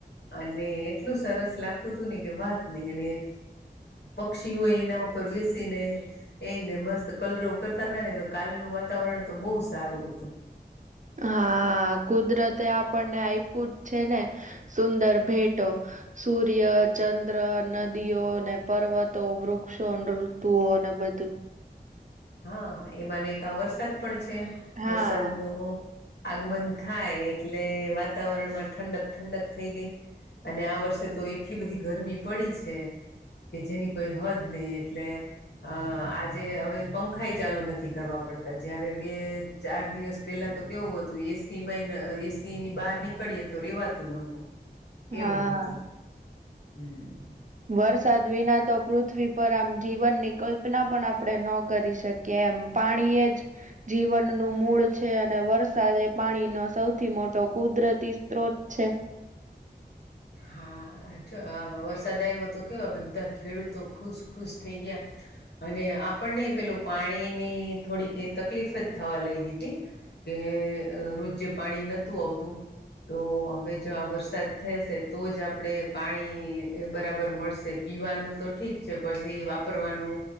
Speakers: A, on the left; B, on the right.
A: અને એટલું સરસ લાગતું હતું ને કે વાત નહી અને પક્ષીઓ એના ઉપર બેસીને એને મસ્ત કલરો કરતા નને તો કાલનું વાતાવરણ તો બહુ સારું હતું
B: હા કુદરતે આપણને આપ્યું જ છે ને સુંદર ભેટો સૂર્ય ચંદ્ર નદીઓ ને પર્વતો વૃક્ષો ઋતુઓ ન બધું
A: હા એમાંને એક આ વરસાદ પણ છે
B: હા
A: વરસાદ ન આગમન થાય એટલે વાતાવરણમાં ઠંડક ઠંડક થઈ ગઈ અને આ વર્ષે તો એટલી બધી ગરમી પડી છે કે જેની કોઈ હદ નહી એટલે અ આજે હવે પં ખાઈ ચાલુ નથી કરવા પડતા જયારે બે ચાર દિવસ પહેલા તો કેવું હતું એ સિમાંય એસીિ ની બહાર નીકળીએ તો રેવાતું નોતું
B: હા,
A: એવું હતું હમ
B: વરસાદ વિના તો પૃથ્ પૃથ્વી પર આમ જીવનની કલ્પના પણ આપણે ન કરી શકીએ એમ પાણીએ જ જીવન વનનું મૂળ છે અને વરસાદ એ પાણીનો સૌથી મોટો કુદરતી સ્ત્રોત છે
A: હા છો વરસાદ આવ્યો તો કેયો બધા ખેડૂતો ખુશ ખુશ થઈ ગયા અને આપણને પેલું પાણી ની થોડીક તકલીફ જ થવા લઈ ગી હતી કે રોજે પાણી નતું આવતું તો હવે જો આ વરસાદ થઈ હશે તો જ આપણે પાણી બરાબર મળશે પીવાનું તો ઠીક છે પછી વાપરવાનું